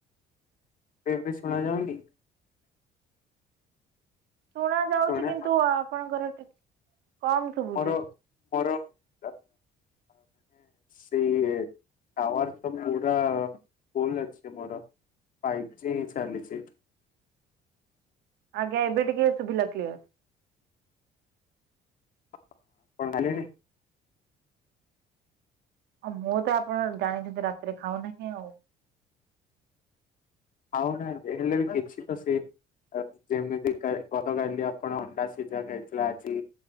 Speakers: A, on the left; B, on the right.
A: ଏବେ <unintelligible> ଶୁଣା ଯାଉନି?
B: ଶୁଣା ଯାଉଛି
A: ଶୁଣେ
B: କିନ୍ତୁ ଆପଣଙ୍କର ଟ କମ୍ ଶୁବୁଛି।
A: ମୋର ମୋର ଅ, ମାନେ ସେଇ ଟାୱାର ତ ପୁରା ଫୁଲ୍ ଅଛି ମୋର। ଫାଇପ୍ ଜି ଚାଲିଛି।
B: ଆଜ୍ଞା। ଏବେ ଟିକେ ଶୁଭିଲା କ୍ଲିୟର।
A: <inaudible>
B: ଆଉ ମୁଁ ତ ଆପଣ ଜାଣିଛନ୍ତି ରାତିରେ ଖାଉ ନାହିଁ ଆଉ।
A: ଖାଉନା ହେଲେ ବି କିଛି ତ ସେ ଯେମିତି ଗତ କାଲି ଆପଣ -ଅଣ୍ଡା ସିଝା ଖାଇଥିଲେ ଆଜି